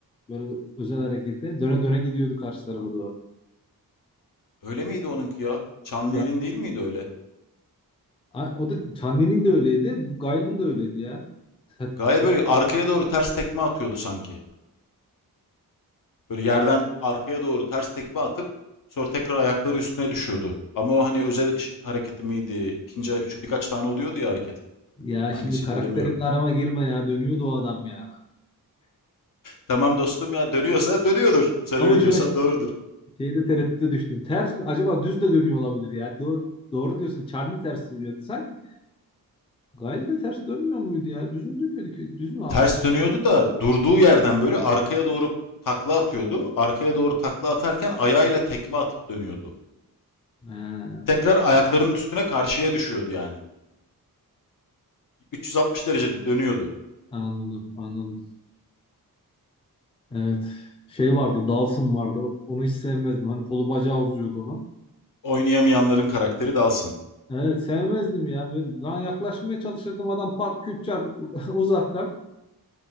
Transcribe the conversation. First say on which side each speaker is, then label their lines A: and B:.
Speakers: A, on the left (about 15°); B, on the left (about 60°).
A: böyle özel harekette döne döne gidiyordu karşı tarafa doğru.
B: Öyle miydi onunki ya? Çanlı'nın
A: Ya
B: değil miydi öyle?
A: a- o da Çanlı'nın de öyleydi. Gayl'ın da öyleydi ya. Ta-
B: Gayet
A: Yok
B: böyle arkaya doğru ters tekme atıyordu sanki. Böyle yerden arkaya doğru ters tekme atıp sonra tekrar ayakları üstüne düşüyordu. Ama o hani özel iş- hareketi miydi? İkinci, şu birkaç tane oluyordu ya hareket.
A: ya
B: Hangisiydi
A: şimdi karakterimle
B: bilemiyorum tabii.
A: arama girme ya. Dönüyordu o adam ya.
B: Tamam dostum ya dönüyorsa dönüyordur. Sen
A: Ama
B: öyle
A: şu
B: diyorsan
A: an
B: doğrudur.
A: şeyde tereddüte düştüm. Ters mi? Acaba düz de dönüyor olabilir ya. Do- doğru diyorsun. Çanlı ters dönüyordu. Sanki Gayl de ters dönmüyor muydu ya? Düz mü dönüyordu ki? Düz mü?
B: Ters dönüyordu da durduğu yerden böyle arkaya doğru takla atıyordu. Arkaya doğru takla atarken ayağıyla tekme atıp dönüyordu.
A: Ha,
B: Tekrar ayaklarının üstüne karşıya düşüyordu yani. 360 derecede dönüyordu.
A: anladım, anladım. Evet. Şey vardı, Dawson vardı. Onu hiç sevmezdim. Hani kolu bacağı uzuyordu onu.
B: Oynayamayanların karakteri dalsın.
A: Evet, sevmezdim ya. Ben ben yaklaşmaya çalışırdım adam pat küt çat <laughs> uzaktan.